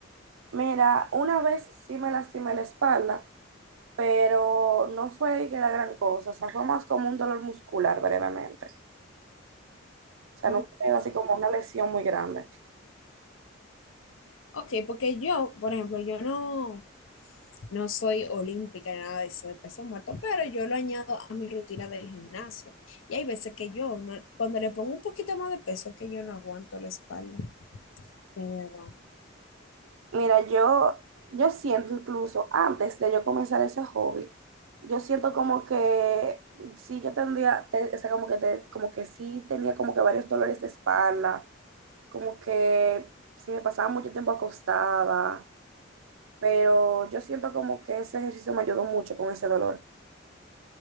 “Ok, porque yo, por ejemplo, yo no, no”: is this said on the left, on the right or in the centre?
Left